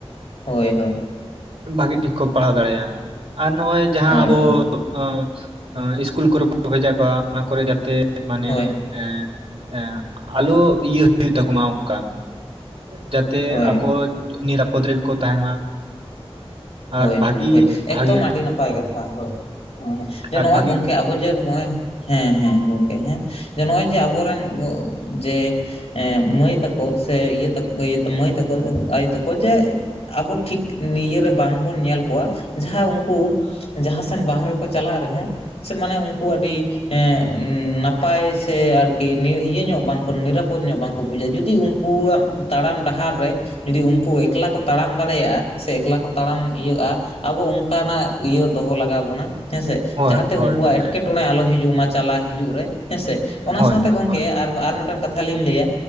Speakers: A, on the left (about 80°); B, on the right (about 65°).
A: ᱦᱳᱭ ᱦᱳᱭ,
B: ᱵᱷᱟᱜᱤ ᱴᱷᱤᱠ ᱠᱚ ᱯᱟᱲᱦᱟᱣ ᱫᱟᱲᱮᱭᱟ ᱟᱨ ᱱᱚᱜᱼᱚᱭ ᱡᱟᱦᱟᱸ
A: ᱦᱳᱭ
B: ᱟᱵᱚ
A: ᱦᱳᱭ
B: ᱚᱸ ᱟᱸ ᱤᱥᱠᱩᱞ ᱠᱚᱨᱮ ᱵᱷᱮᱡᱟ ᱠᱚᱣᱟ ᱚᱱᱟ ᱠᱚᱨᱮ ᱡᱟᱛᱮ ᱢᱟᱱᱮ,
A: ᱦᱳᱭ
B: ᱮᱸ ᱮᱸ ᱟᱞᱳ ᱤᱭᱟᱹ <inaudible> ᱛᱟᱠᱚᱢᱟ ᱚᱱᱠᱟ᱾ ᱡᱟᱛᱮ
A: ᱦᱳᱭ
B: ᱟᱠᱚ
A: ᱦᱳᱭ
B: ᱱᱤᱨᱟᱯᱚᱫ ᱨᱮᱜᱮ ᱠᱚ ᱛᱟᱦᱮᱱ ᱢᱟ᱾
A: ᱦᱳᱭ
B: ᱟᱨ ᱵᱷᱟᱜᱤ
A: ᱦᱳᱭ ᱦᱳᱭ
B: ᱵᱷᱟᱜᱤ
A: ᱮᱠᱫᱚᱢ ᱟᱹᱰᱤ ᱱᱟᱯᱟᱭ ᱠᱟᱛᱷᱟ ᱦᱳᱭ <unintelligible> ᱡᱮ ᱱᱚᱜᱼᱚᱭ
B: ᱟᱨ ᱵᱷᱟᱜᱤ
A: ᱜᱚᱝᱠᱮ ᱟᱵᱚ ᱡᱮ <unintelligible> ᱦᱮᱸ ᱦᱮᱸ ᱜᱚᱝᱠᱮ ᱦᱮᱸ ᱡᱮ ᱱᱚᱜᱼᱚᱭ ᱡᱮ ᱟᱵᱚᱨᱮᱱ ᱜᱚ ᱡᱮ, ᱮᱸ ᱢᱟᱹᱭ ᱛᱟᱠᱚ ᱥᱮ ᱤᱭᱟᱹ ᱛᱟᱠ ᱤᱭᱟᱹᱛᱮ ᱢᱟᱹᱭ ᱛᱟᱠᱚ ᱟᱭᱳ ᱛᱟᱠᱚ ᱡᱟᱮ ᱟᱵᱚ ᱴᱷᱤᱠ ᱱᱤᱭᱟᱹ ᱨᱮ ᱵᱟᱝᱵᱚᱱ ᱧᱮᱞ ᱠᱚᱣᱟ ᱡᱟᱦᱟᱸ ᱩᱱᱠᱩ, ᱡᱟᱦᱟᱸ ᱥᱮᱱ ᱵᱟᱦᱟᱨᱮ ᱨᱮᱠᱚ ᱪᱟᱞᱟᱜ ᱨᱮᱦᱚᱸ ᱥᱮ ᱢᱟᱱᱮ ᱩᱱᱠᱩ ᱟᱹᱰᱤ, ᱦᱮᱸᱜ ᱱᱟᱯᱟᱭ ᱥᱮ ᱟᱨᱠᱤ ᱱᱤᱭᱟ. ᱤᱭᱟᱹ ᱧᱚᱜ ᱵᱟᱝ ᱱᱤᱨᱟᱯᱚᱫ ᱧᱚᱜ ᱵᱟᱝ ᱠᱚ ᱵᱩᱡᱟ ᱡᱩᱫᱤ ᱩᱱᱠᱩᱣᱟᱜ ᱛᱟᱲᱟᱢ ᱰᱟᱦᱟᱨ ᱨᱮ, ᱡᱩᱫᱤ ᱩᱱᱠᱩ ᱮᱠᱞᱟ ᱠᱚ ᱛᱟᱲᱟᱢ ᱫᱟᱲᱮᱭᱟᱜ-ᱟ ᱥᱮ ᱮᱠᱞᱟ ᱠᱚ ᱛᱟᱲᱟᱢ ᱤᱭᱟᱹᱟ ᱟᱵᱚ ᱚᱱᱠᱟᱱᱟᱜ ᱤᱭᱟᱹ ᱫᱚᱦᱚ ᱞᱟᱜᱟᱣ ᱵᱚᱱᱟ ᱦᱮᱸᱥᱮ
B: ᱦᱳᱭ
A: ᱡᱟᱦᱟᱸᱛᱮ ᱩᱱᱠᱩᱣᱟᱜ
B: ᱦᱳᱭ ᱜᱚᱝᱠᱮ
A: ᱮᱴᱠᱮ ᱴᱚᱬᱮ ᱟᱞᱚ ᱦᱤᱡᱩᱜ ᱢᱟ ᱪᱟᱞᱟ ᱦᱤᱡᱩᱜ ᱨᱮ ᱦᱮᱸᱥᱮ ᱚᱱᱟ
B: ᱦᱳᱭ
A: ᱥᱟᱶᱛᱮ
B: ᱦᱳᱭ
A: ᱜᱚᱝᱠᱮ
B: ᱦᱳᱭ
A: ᱟᱨ ᱟᱨ ᱢᱮᱫᱴᱮᱱ ᱠᱟᱛᱷᱟ ᱞᱤᱧ ᱞᱟᱹᱭᱟ᱾